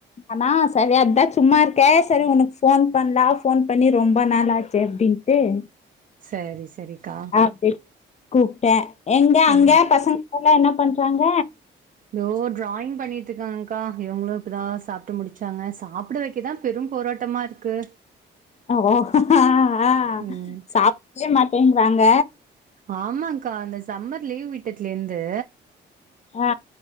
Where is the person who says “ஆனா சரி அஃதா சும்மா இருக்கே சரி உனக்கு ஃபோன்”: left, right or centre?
Left